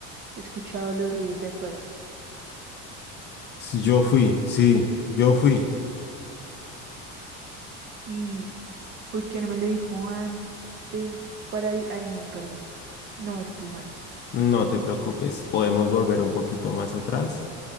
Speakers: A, on the right; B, on the left.
A: He escuchado los ruidos de afuera.
B: S- Yo fui, sí, yo fui.
A: ¿Y por qué no me lo dijo antes para... di- Ay, no, perdón. No, estoy mal.
B: No te preocupes, podemos volver un poquito más atrás